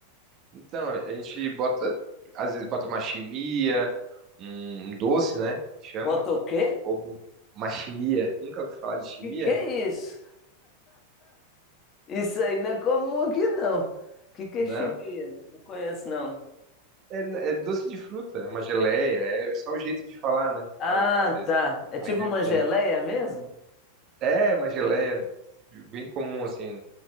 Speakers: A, on the right (about 35°); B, on the left (about 30°).
A: Então, a gente bota, às vezes bota uma chimia, um, um doce, né? Que Chama
B: Bota o quê?
A: Ou uma chimia. Nunca ouvi falar de chimia?
B: Que que é isso? Isso aí não é comum aqui, não. O que que
A: Não.
B: é chimia? Não conheço, não.
A: É, é é doce de fruta, é uma geleia, é só o jeito de falar, né?
B: Ah,
A: É, Às vezes.
B: tá. É tipo
A: Aí deve
B: uma
A: ter.
B: geleia mesmo?
A: É, uma geleia bem comum, assim.